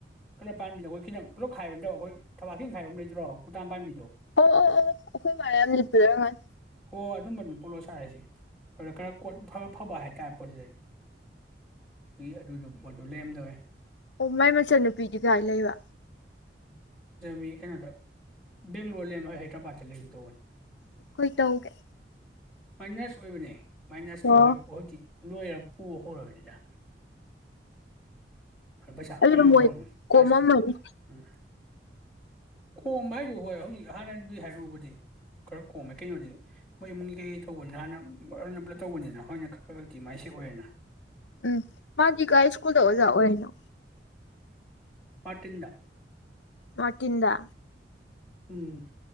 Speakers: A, in the centre; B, on the left (about 85°).
A: ꯀꯂꯔ ꯄꯥꯝꯕꯤꯗ ꯑꯩꯈꯣꯏ ꯈꯤꯇꯪ ꯄꯨꯂꯞ ꯈꯥꯏꯕꯠꯇꯕ ꯑꯩꯈꯣꯏ ꯊꯕꯥꯛꯀꯤꯦꯡ ꯈꯥꯏꯕ ꯑꯃ ꯂꯩꯗ꯭ꯔꯣ ꯈꯨꯨꯇꯥꯟ ꯄꯥꯝꯕꯤꯗꯣ
B: ꯑꯣ ꯑꯣ ꯑꯣ ꯑꯩꯈꯣꯏ ꯔꯦ ꯌꯥꯝ ꯂꯤꯠꯄꯗ ꯉꯜ
A: ꯍꯣꯏ ꯑꯗꯨꯝꯕ ꯑꯗꯨꯝ ꯄꯣꯠꯂꯣ ꯁꯥꯔꯏꯁꯦ ꯑꯗꯨꯗ ꯈꯔ ꯀꯣꯠꯔ ꯐꯕ ꯍꯥꯏꯇꯥꯔꯦ ꯄꯣꯠꯁꯤꯗꯩ ꯑꯗꯨꯒꯤ ꯑꯗꯨꯗ ꯄꯣꯠꯇꯨ ꯂꯩꯔꯝꯗꯋꯦ
B: ꯑꯣ ꯃꯥꯏ ꯃꯆꯟꯅꯨꯄꯤꯗꯤ ꯀꯥꯏ ꯂꯩꯕ
A: ꯃꯤ ꯀꯩꯅꯣꯗ ꯕꯦꯡꯒꯂꯣꯔ ꯂꯩꯔꯝ ꯍꯥꯏꯗ꯭ꯔꯕꯥꯠꯇ ꯂꯩꯔꯝ ꯇꯧꯕꯅꯤ
B: ꯍꯈꯣꯏ ꯇꯧꯒꯦ
A: ꯃꯥꯏꯅꯁ ꯑꯣꯏꯕꯅꯦ ꯃꯥꯏꯅꯁ ꯑꯣꯏ
B: ꯑꯣ
A: ꯍꯣꯏ ꯍꯧꯣꯏꯀꯤ ꯂꯣꯏꯔ ꯄꯨꯨ ꯍꯔꯔ ꯄꯩꯁꯥ
B: ꯑꯗꯨꯅ
A: ꯐꯔꯌꯥꯝ ꯑꯃ
B: ꯃꯣꯏ
A: ꯐꯪꯉꯨ ꯆꯔꯥꯁ
B: ꯀꯣꯝꯃꯝꯃꯅꯤ
A: ꯀꯦꯖꯤ ꯎꯝ ꯀꯣꯝꯕ ꯍꯥꯏꯗꯨ ꯍꯣꯏ ꯍꯧꯖꯤꯛ ꯍꯥꯟꯅꯗꯨ ꯍꯥꯏꯔꯨꯎꯕꯗꯤ ꯈꯔ ꯀꯣꯝꯃꯦ ꯀꯩꯅꯣꯗꯤ ꯃꯣꯏ ꯏꯃꯨꯡꯒꯤ ꯀꯩꯀ ꯇꯧꯕꯅꯤꯅ ꯍꯥꯟꯅ ꯑꯅ ꯄꯨꯂꯞ ꯇꯧꯕꯅꯤꯅ ꯍꯣꯏꯅ ꯈ ꯈꯛꯇꯤ ꯃꯥꯏ ꯁꯦ ꯑꯣꯏꯔꯦꯅ
B: ꯎꯝ ꯃꯥꯖꯤꯒꯥꯏ ꯏꯁ꯭ꯀꯨꯜ ꯊ ꯑꯣꯖ ꯑꯣꯏꯩꯅꯣ
A: ꯃꯥꯇꯗ
B: ꯃꯗ
A: ꯎꯝ